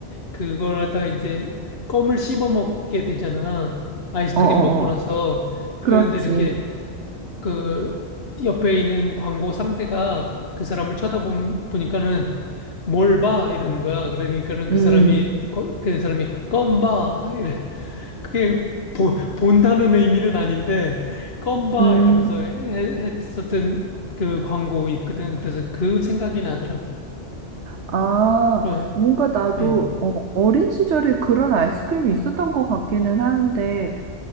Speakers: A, on the left (about 55°); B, on the right (about 70°).
A: 그걸 갖다가 이제 껌을 씹어 먹게 되잖아. 아이스크림
B: 어어어.
A: 먹고 나서 그러는데
B: 그렇지.
A: 이렇게 그 옆에 있는 광고 상대가 그 사람을 쳐다보니까는 뭘 봐? 이러는 거야. 그러니까는
B: 음,
A: 그 사람이, 거- 그 사람이, 껌 봐. 이래. 그게 보, 본다는 의미는 아닌데, 껌 봐.
B: 음.
A: 이러면서 해- 했었던 그 광고 있거든. 그래서 그 생각이 나더라고.
B: 아,
A: 그럼,
B: 뭔가 나도
A: 음,
B: 어, 어린 시절에 그런 아이스크림이 있었던 것 같기는 하는데,